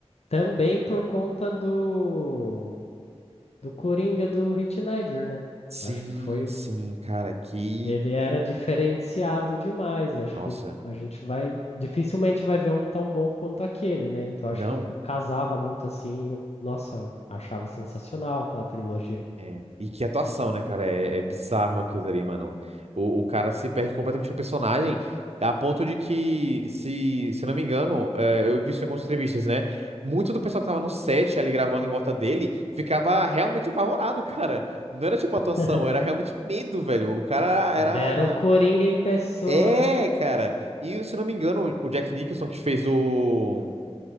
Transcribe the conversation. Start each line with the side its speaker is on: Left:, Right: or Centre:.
Left: também por conta do, do Coringa do Heath Ledger, né?
Right: Sim,
Left: Acho que foi.
Right: sim, cara, que.
Left: Ele era diferenciado demais. Acho
Right: Nossa,
Left: que a gente vai. Dificilmente vai ver um tão bom quanto aquele, né? Então
Right: não.
Left: acho que casava muito assim. E eu, nossa, achava sensacional aquela trilogia.
Right: É. E que atuação, né, cara? É, é bizarro aquilo ali, mano. O, o cara se perde completamente no personagem, a ponto de que, se, se não me engano, é, eu vi isso em algumas entrevistas, né? Muito do pessoal que tava no set ali gravando em volta dele ficava realmente apavorado, <laughs> cara. Não era tipo atuação,
Left: <laughs>
Right: era realmente medo, velho. O cara era.
Left: Ele era o Coringa em pessoa,
Right: É,
Left: né?
Right: cara. E se não me engano, o Jack Nicholson que fez o